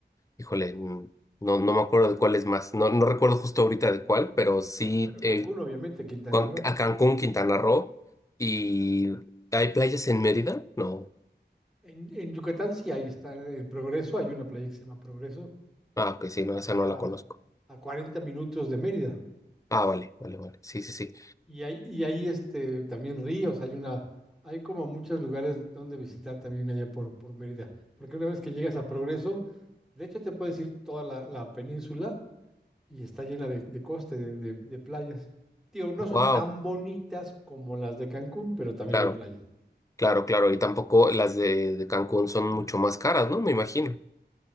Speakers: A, on the left; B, in the centre.
A: híjole, n- no, no me acuerdo de cuál es más. No, no recuerdo justo ahorita de cuál, pero sí
B: Bueno, Cancún,
A: eh,
B: obviamente, Quintana
A: Cuan-
B: Roo.
A: a Cancún, Quintana Roo. ¿Y hay playas en Mérida? No.
B: En, en Yucatán sí, ahí está el Progreso, hay una playa que se llama Progreso,
A: Ah, ok, sí, no,
B: está
A: esa no la conozco.
B: a 40 minutos de Mérida.
A: Ah, vale, vale, vale. Sí, sí, sí.
B: Y hay, y hay este, también ríos, hay una, hay como muchos lugares donde visitar también allá por, por Mérida. Porque una vez que llegas a Progreso, de hecho te puedes ir toda la, la península y está llena de, de costa, y de, de- de playas. tío no son
A: Wow.
B: tan bonitas como las de Cancún, pero también
A: Claro.
B: hay playas.
A: Claro, claro, y tampoco las de, de Cancún son mucho más caras, ¿no? Me imagino.